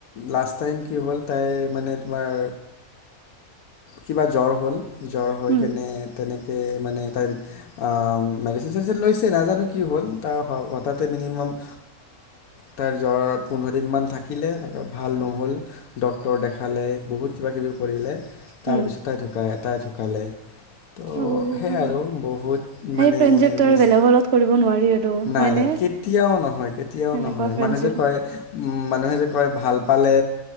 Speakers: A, on the left; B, on the right.
A: লাষ্ট ম কি হ'ল তাইৰ মানে তোমাৰ কিবা জ্বৰ হ'ল। জ্বৰ হৈ
B: উম
A: কেনে তেনেকে ম ম নাজানো কি হ'ল তাৰ তাতে মিনিমাম তাইৰ জ্বৰ পোন্ধৰ দিনমান থাকিলে তাৰ ভাল নহ'ল ড্ক্তৰ দেখালে বহুত কিব কিবি কৰিলে তাৰ
B: উম
A: পিছ তাই ঢুকাইটাই ঢুকালে ত
B: উম
A: সেই আৰু বহুত
B: সেই
A: মানে
B: ফ্ৰেণ্ডশ্বিপটো
A: মিছ
B: আৰু বেলেগৰ লগত কৰিব নোৱাৰি আৰু
A: নাই
B: হয়নে?
A: নাই কেতিয়াও নহয় কেতিয়াও
B: সেনেকুৱা
A: নহয়
B: ফ্ৰেণ্ডশ্বিপ
A: মানুহ যে কয় উ মানুহে যে কয় ভাল পালে